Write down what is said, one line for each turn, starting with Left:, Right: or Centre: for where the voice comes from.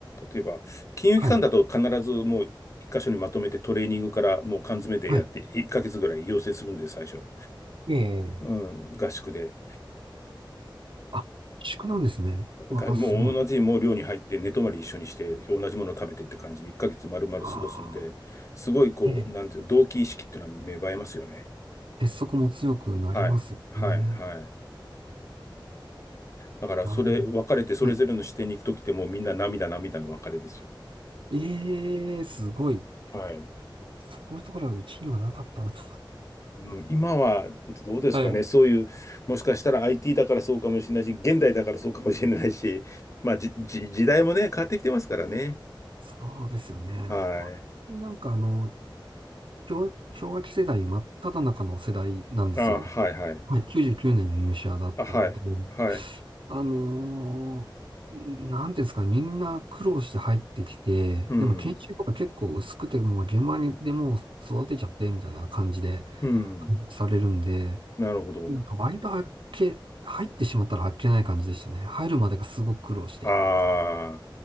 Left: 例えば、金融機関だと必ずもう一箇所にまとめてトレーニングからもう缶詰でやって1ヶ月ぐらい養成するんで、
Right: はい。はい。
Left: 最初。
Right: ええ。
Left: うん、合宿で。
Right: あ、宿なんですね。うわあ、
Left: がもう同じもう寮に入って寝泊まり一緒にして同じものを食べてって感じで1ヶ月丸々過ごすんで、
Right: すごい。ああ、
Left: すごいこう、
Right: ええ。
Left: なんていうの、同期意識っていうのは芽生えますよね。
Right: 結束も強くなりますよね。
Left: はい、はい、はい。だから、
Right: なるほど。
Left: それ、別れてそれぞれの視点に行くときってもうみんな涙涙の別れですよ。
Right: はい。ええ、すごい。
Left: はい。
Right: そういうところはうちにはなかったんだ。<laughs>
Left: うん、今はどうですかね、
Right: はい。
Left: そういう、もしかしたら IT だからそうかもしれないし、現代だからそうかもしれないし、まあ、じ、じ、時代もね、変わってきてますからね。
Right: そうですよね。
Left: はい。
Right: 私なんかあの、氷、氷河期世代真っただ中の世代なんですよ。
Left: あ、はいはい。
Right: はい、99年に入社だったので、
Left: あ、はい。はい。
Right: あのーなんていうんですかね、みんな苦労して入ってきて、
Left: うん。
Right: でも研修とか結構薄くて、もう現場にでもう育てちゃってみたいな感じで、
Left: うん。
Right: されるんで、
Left: なるほど。
Right: なんか割とあっけ、入ってしまったらあっけない感じでしたね。入るまでがすごく苦労して。
Left: ああ、
Right: <laughs>